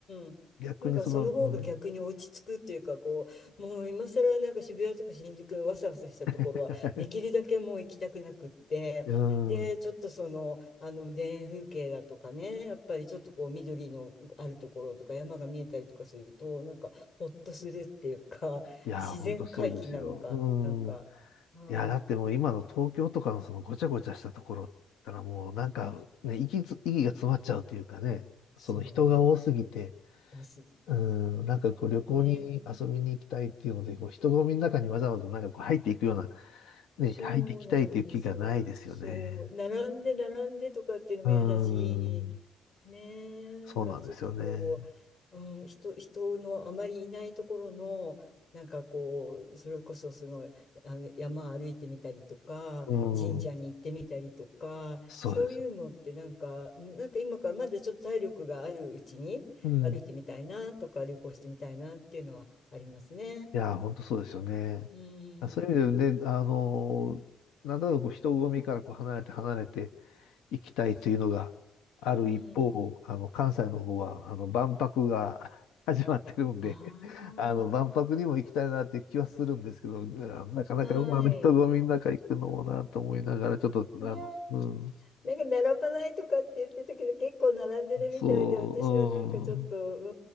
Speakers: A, on the left; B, on the left.
A: ん。
B: 逆にその、
A: なんかその方が逆に落ち着くっていうかこうもう今更なんか渋谷とか新宿のわさわさしたところはできるだけもう行きたくなくってでちょっとその、
B: うん。<laughs> うん。
A: あの田園風景だとかねやっぱりちょっとこう緑のあるところとか山が見えたりとかするとなんかほっとするっていうか <laughs>
B: いやー、
A: 自然回帰なのかなんか、
B: ほんとそうですよ。うん。
A: はい、
B: いやー、だってもう今の東京とかのそのごちゃごちゃしたところったらもうなんかね、息つ、息が詰まっちゃうというかね、
A: そう
B: その人が多すぎて、
A: おす
B: うん、なんかこう旅行に遊びに行きたいっていうので、
A: ね
B: こう人混みの中にわざわざなんかこう入っていくような、ね、
A: そうなんですよ。
B: 入っていきたいという気がないですよね。
A: そう、並んで並んでとかっていうのも嫌だし、
B: うん。
A: ねえ、
B: そうなんですよね。
A: なんかちょっとこう、うん、人、人のあまりいないところの、なんかこう、それこそその、あの山歩いてみたりとか、
B: うん。
A: 神社に行ってみたりとか、
B: そうです。
A: そういうのってなんか、うんなんか今からまだちょっと体力があるうちに歩いてみたいなとか、
B: うん。
A: 旅行してみたいなっていうのはありますね。
B: いやー、本当そうですよね。
A: うん、
B: あそういう意味でね、あのーなんだろう、こう人混みからこう離れて離れていきたいというのがある一方、
A: うん。
B: あの関西の方はあの万博が <laughs> 始まってるんで
A: ああ。
B: <laughs> あの万博にも行きたいなっていう気はするんですけど、あーなかなかあの人混みの中行くのもなと思いながら、
A: はい。
B: ちょっと、あの、
A: いや、
B: うん、
A: なんか並ばないとかって言ってたけど、結構並んでるみたいで、
B: そう、
A: 私はなんかちょっと、
B: うん。
A: うー